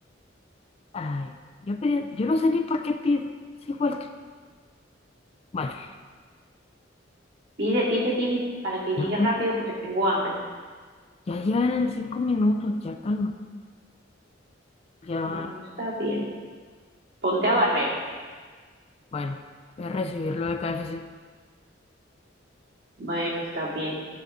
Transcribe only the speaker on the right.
Pide, pide, pide, para que llegue
rápido
porque tengo hambre.
Bueno, está bien. Ponte a barrer.
Bueno, está bien.